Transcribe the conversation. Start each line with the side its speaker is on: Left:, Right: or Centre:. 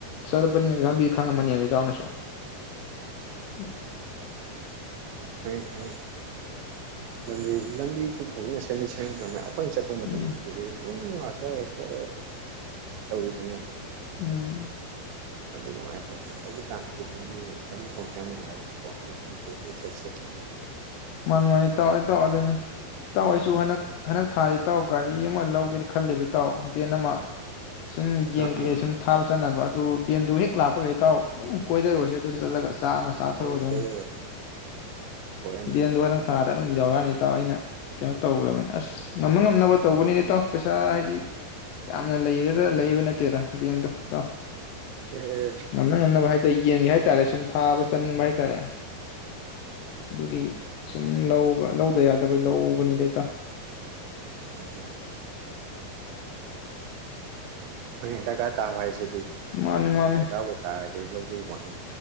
Left: ꯆꯠꯄꯅꯤꯅ ꯈꯪꯂꯝꯃꯅꯤꯕ ꯏꯇꯎ ꯁꯨ ꯑꯝ
Right: ꯐꯥꯏꯌꯦ ꯐꯥꯏꯇꯦ ꯂꯝ ꯂꯝꯕꯤꯁꯨ ꯁꯦꯝꯗꯤ ꯁꯦꯝꯒꯔꯕꯅꯦ ꯑꯩꯈꯣꯏ ꯆꯠꯄ ꯃꯇꯝꯗꯗꯤ
Left: ꯎꯝ
Right: ꯏꯅꯨ ꯅꯨꯉꯥ ꯑꯩꯈꯣꯏ ꯍꯦꯛꯇꯥ ꯇꯥꯎꯔꯤꯗꯨꯅꯤ
Left: ꯑꯝ
Right: ꯑꯗꯨꯝ ꯅꯨꯉꯥꯏ ꯍꯧꯖꯤꯛ ꯀꯟꯁꯤꯗꯤ ꯂꯝꯕꯤ ꯂꯝꯕꯤ ꯊꯣꯡ ꯁꯦꯝ ꯅꯨꯉꯥꯏꯀꯣ ꯀꯩꯅꯣꯅꯦ꯫ <unintelligible>
Left: ꯃꯥꯅꯦ ꯃꯥꯅꯦ ꯏꯇꯥꯎ ꯏꯇꯥꯎ ꯑꯗꯨꯅꯦ ꯏꯇꯥꯎ ꯑꯩꯁꯨ ꯍꯟꯗꯛ ꯍꯟꯗꯛ ꯊꯥꯁꯤꯗ ꯒꯥꯔꯤ ꯑꯃ ꯂꯧꯒꯦꯅꯗꯤ ꯈꯜꯂꯤꯕ ꯏꯇꯥꯎ ꯕꯦꯟ ꯑꯃ ꯁꯨꯝ ꯌꯦꯟ
Right: ꯑꯥ ꯑꯥ
Left: ꯀꯩꯀꯩ
Right: ꯑꯥ
Left: ꯁꯨꯝ ꯊꯥꯕ ꯆꯠꯅꯕ ꯑꯗꯨ ꯕꯦꯟꯗꯨ ꯍꯦꯛ ꯂꯥꯛꯄꯒ ꯏꯇꯥꯎ ꯑꯗꯨꯝ ꯀꯣꯏꯗꯔꯨꯔꯦꯁꯤ ꯑꯗꯨꯗ ꯆꯠꯂꯒ ꯆꯥꯛ ꯑꯃ
Right: <unintelligible>
Left: ꯆꯥꯊꯔꯨꯔꯗꯧꯅꯤ
Right: ꯍꯣꯔꯦꯟ
Left: ꯕꯦꯟꯗꯨ ꯍꯟꯗꯛ ꯊꯥꯗ ꯑꯗꯨꯝ ꯌꯧꯔꯛꯑꯅꯤ ꯏꯇꯥꯎ ꯑꯩꯅ ꯀꯩꯅꯣ ꯇꯧꯒꯔꯕꯅꯦ ꯑꯁ ꯉꯝꯅ ꯉꯝꯅꯕ ꯇꯧꯕꯅꯤꯗ ꯏꯇꯥꯎ ꯄꯩꯁꯥ ꯍꯥꯏꯗꯤ ꯌꯥꯝꯅ ꯂꯩꯔꯒ ꯂꯩꯕ ꯅꯠꯇꯦꯗ ꯕꯦꯟꯗꯣ ꯏꯇꯥꯎ
Right: ꯑꯦ
Left: ꯉꯝꯅ ꯉꯝꯅꯕ ꯍꯥꯏ ꯌꯦꯟꯒꯤ ꯍꯥꯏ ꯇꯥꯔꯦ ꯁꯨꯝ ꯊꯥꯕ ꯆꯠꯅꯤꯡꯕ ꯍꯥꯏ ꯇꯥꯔꯦ ꯑꯗꯨꯒꯤ ꯁꯨꯝ ꯂꯧꯕ ꯂꯧꯗ ꯌꯥꯗꯕꯩ ꯂꯧꯕꯅꯤꯗ ꯏꯇꯥꯎ
Right: ꯑꯩꯈꯣꯏꯅ ꯑꯗꯨꯅꯦ ꯗꯔꯀꯥꯔ ꯇꯥꯕ ꯍꯥꯏꯁꯦ
Left: ꯃꯥꯅꯤ ꯃꯥꯅꯤ
Right: ꯗꯔꯀꯥꯔꯕꯨ ꯇꯥꯔꯗꯤ ꯂꯧꯕꯩ ꯋꯥꯅꯤ